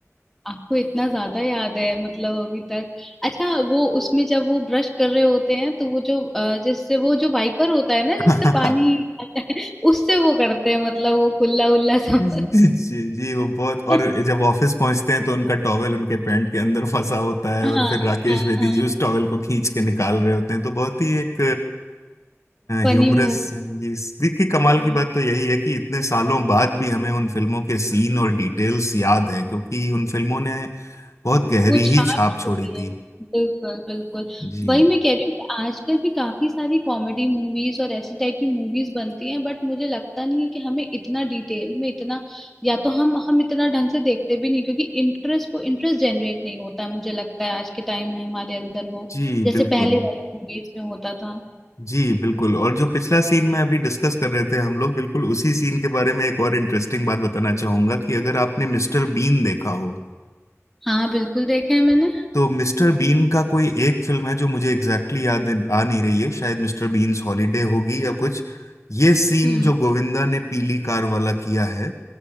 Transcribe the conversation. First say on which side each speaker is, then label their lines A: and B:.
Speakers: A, in the centre; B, on the left.
A: आपको इतना ज्यादा याद है मतलब अभी तक अच्छा वो उसमें जब वो ब्रश कर रहे होते हैं तो वो जो अ, जिससे वो जो वाइपर होता है ना जिससे
B: है
A: पानी
B: <laughs>
A: आता है <laughs> उससे वो करते हैं मतलब वो कुल्ला उल्ला सब
B: <laughs> जी जी वो बहुत और
A: <laughs>
B: जब ऑफिस पहुंचते हैं तो उनका टॉवेल उनके पैंट के अंदर फंसा होता है
A: हाँ
B: और फिर राकेश
A: हाँ
B: बेदी
A: हाँ
B: जी उस टॉवेल को खींच के निकाल रहे होते हैं तो बहुत ही एक
A: फनी
B: ह्यूमरस
A: मूवी
B: जी देखिए कमाल
A: हम्म,
B: की बात तो यही है कि इतने सालों बाद भी हमें उन फिल्मों के सीन और डिटेल्स याद हैं क्योंकि उन फिल्मों ने बहुत गहरी
A: वो छाप
B: ही छाप
A: छोड़ी
B: छोड़ी थी
A: है बिल्कुल बिल्कुल
B: जी
A: वही मैं कह रही हूँ कि आजकल भी काफी सारी कॉमेडी मूवीज और ऐसी टाइप की मूवीज बनती हैं बट मुझे लगता नहीं है कि हमें इतना डिटेल में इतना या तो हम हम इतना ढंग से देखते भी नहीं क्योंकि इंटरेस्ट वो इंटरेस्ट जनरेट नहीं होता है मुझे लगता है आज के टाइम में हमारे अंदर वो
B: जी
A: जैसे
B: बिल्कुल
A: पहले वाली मूवीज में होता था
B: जी बिल्कुल और जो पिछला सीन में अभी डिस्कस कर रहे थे हम लोग बिल्कुल उसी सीन के बारे में एक और इंटरेस्टिंग बात बताना चाहूंगा कि अगर आपने मिस्टर बीन देखा हो
A: हाँ बिल्कुल देखा है मैंने
B: तो मिस्टर बीन का कोई एक फिल्म है जो मुझे एग्जैक्टली exactly याद आ नहीं रही है शायद मिस्टर बीन्स हॉलीडे होगी या कुछ ये सीन
A: हम्म
B: जो गोविंदा ने पीली कार वाला किया है